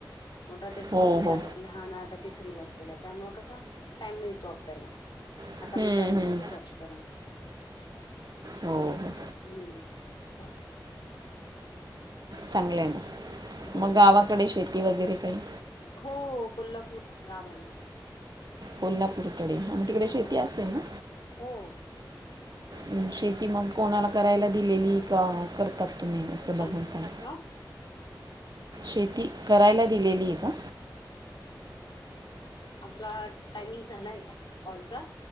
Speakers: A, on the left; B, on the right.
A: मोठा तेत
B: हो
A: नववी
B: हो
A: ला आहे लहान आता तिसरी ला गेलाय, त्यामुळे कसं टाइम मिळतो आपल्याला,
B: हं,
A: आता मी चालूय
B: हं.
A: माझं सर्च करून.
B: हो हो
A: हम्म.
B: चांगले आहे ना,
A: हो
B: मग गावाकडे शेती वगैरे काही?
A: हो कोल्हापूर गाव आहे आमचं.
B: कोल्हापूरकडे, हा मग तिकडे
A: हो
B: शेती असेल ना?
A: हो.
B: म शेती मग कोणाला करायला दिलेली का, कर तात तुम्ही, असं बघून
A: हॅलो
B: का?
A: हा
B: शेती करायला दिलेली आहे का?
A: आपला टाइमिंग झालाय कॉलचा.